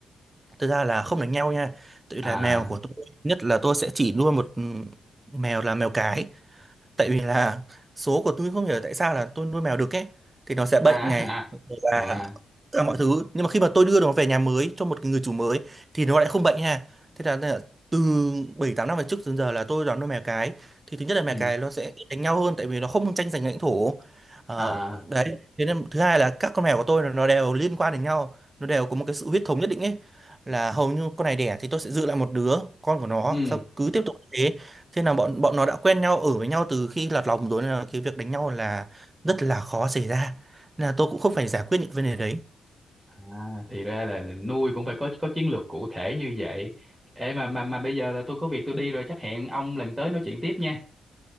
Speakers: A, on the right; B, in the centre.
A: thực ra là không đánh nhau nha tự
B: à
A: là mèo của tôi nhất là tôi sẽ chỉ nuôi một ừ, mèo là mèo cái tại vì là số của tôi không hiểu tại sao là tôi nuôi mèo đực ấy thì nó sẽ
B: à
A: bệnh
B: <laughs>
A: này rồi là
B: à à
A: tất cả mọi thứ nhưng mà khi mà tôi đưa nó về nhà mới cho một người chủ mới thì nó lại không bệnh ha thế là, là từ 7 8 năm về trước đến giờ là tôi đón nuôi mèo cái thì thứ nhất là mèo
B: ừ
A: cái nó sẽ ít đánh nhau hơn tại vì nó không tranh giành lãnh thổ Ờ,
B: à
A: đấy thế nên thứ hai là các con mèo của tôi là nó đều liên quan đến nhau nó đều có một cái sự huyết thống nhất định ấy là hầu như con này đẻ thì tôi sẽ giữ lại một đứa con của nó
B: ừ
A: sau cứ tiếp tục như thế Thế là bọn bọn nó đã quen nhau ở với nhau từ khi lọt lòng rồi nên là cái việc đánh nhau là rất là khó xảy ra. Nên là tôi cũng không phải giải quyết những vấn đề đấy.
B: à thì ra là, là nuôi cũng phải có có chiến lược cụ thể như vậy ê mà mà mà bây giờ là tôi có việc tôi đi rồi chắc hẹn ông lần tới nói chuyện tiếp nha